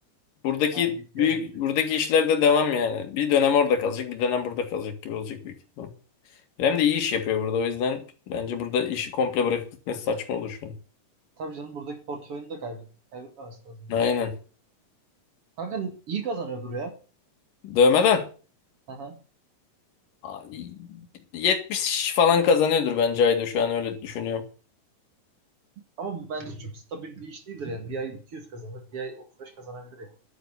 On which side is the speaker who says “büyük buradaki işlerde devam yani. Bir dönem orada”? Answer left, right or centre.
Left